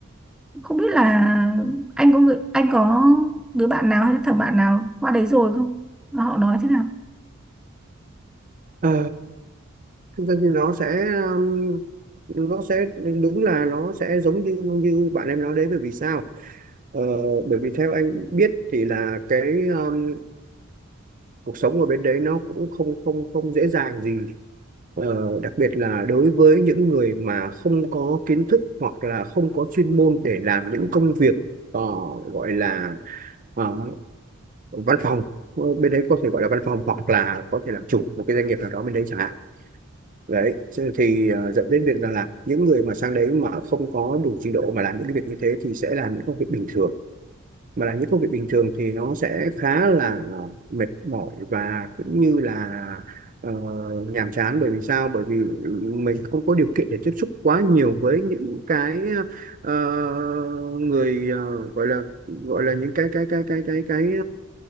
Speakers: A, in the centre; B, on the right.
A: không biết là anh có người anh có đứa bạn nào hay là thằng bạn nào qua đấy rồi không Mà họ nói thế nào
B: Ờ, thực ra thì nó sẽ um, nó sẽ đúng là nó sẽ giống như như bạn em nói đấy bởi vì sao? Ờ, bởi vì theo anh biết thì là cái um, cuộc sống ở bên đấy nó cũng không không không dễ dàng gì. Ờ, đặc biệt là đối với những người mà không có kiến thức hoặc là không có chuyên môn để làm những công việc ờ, gọi là ờ, văn phòng Ờ, bên đấy có thể gọi là văn phòng hoặc là có thể làm chủ một cái doanh nghiệp nào đó bên đấy chẳng hạn đấy thế thì ờ, dẫn đến việc rằng là những người mà sang đấy mà không có đủ trình độ mà làm những cái việc như thế thì sẽ làm những công việc bình thường mà làm những công việc bình thường thì nó sẽ khá là ờ, mệt mỏi và cũng như là ờ, nhàm chán bởi vì sao bởi vì mình không có điều kiện để tiếp xúc quá nhiều với những cái ờ, người ờ, gọi là gọi là những cái cái cái cái cái cái